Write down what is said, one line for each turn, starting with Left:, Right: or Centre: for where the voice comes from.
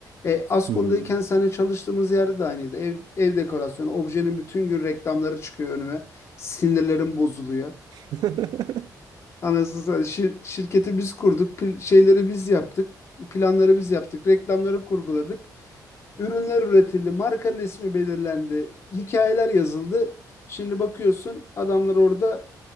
Left: E, Askon'dayken
Right: Hı hı.
Left: seninle çalıştığımız yerde de aynıydı. Ev, ev dekorasyonu, objenin bütün gün reklamları çıkıyor önüme. Sinirlerim bozuluyor.
Right: <laughs>
Left: Anasını satayım. Şir- şirketi biz kurduk, pil- şeyleri biz yaptık, planları biz yaptık, reklamları kurguladık, ürünler üretildi, markanın ismi belirlendi, hikayeler yazıldı. Şimdi bakıyorsun adamlar orada